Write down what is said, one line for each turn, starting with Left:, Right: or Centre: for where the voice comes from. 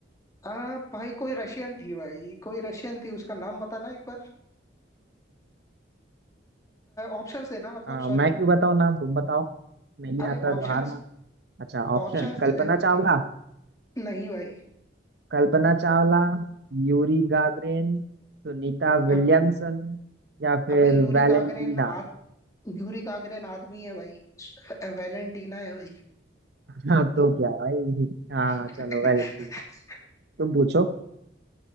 Left: आ, भाई कोई रशियन थी भाई कोई रशियन थी उसका नाम बताना एक बार ऑप्शंस देना मतलब
Right: हाँ
Left: सॉरी
Right: मैं क्यों बताऊँ नाम तुम बताओ नहीं
Left: अरे
Right: आता
Left: ऑप्शंस
Right: तो हार मान अच्छा option
Left: ऑप्शंस
Right: Kalpana
Left: दे दे भाई
Right: Chawla
Left: नहीं भाई
Right: Kalpana Chawla Yuri Gagarin Sunita Williamson
Left: अब
Right: या फिर
Left: अबे यूरी
Right: वैलेंटीना
Left: गागरिन आद यूरी गागरिन आदमी है भाई वेलेंटीना है भाई
Right: हाँ तो क्या भाई हाँ
Left: <laughs>
Right: चलो वैलेंटीना तुम पूछो